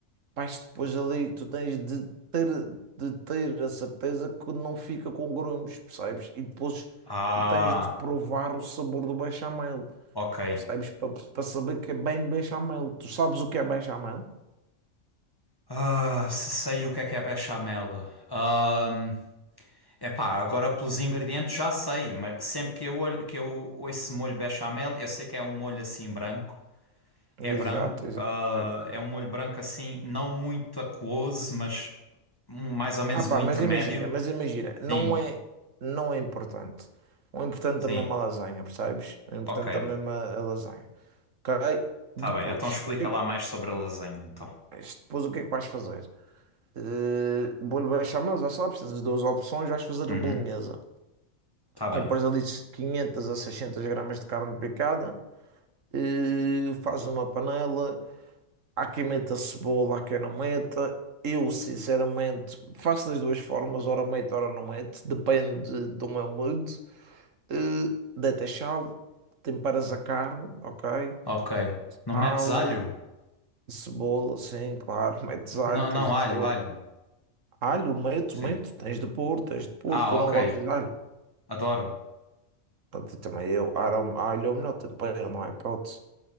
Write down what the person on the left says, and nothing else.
Ah...
Ok.
Ah, se sei o que é que é bechamel. Ahm, epá, agora pelos ingredientes já sei, mas sempre que eu olho, que eu ouço molho bechamel, eu sei que é um molho assim branco.
É branco,
ah,
é um molho branco assim, não muito aquoso, mas um- mais ou menos
um intermédio.
Sim,
sim.
Ok.
Tá
bem. Então explica
lá
mais sobre a lasanha, então.
Uhum.
Tá bem.
Ok. Não
metes alho?
Não,
não, alho,
alho.
Sim.
Ah,
ok.
Adoro,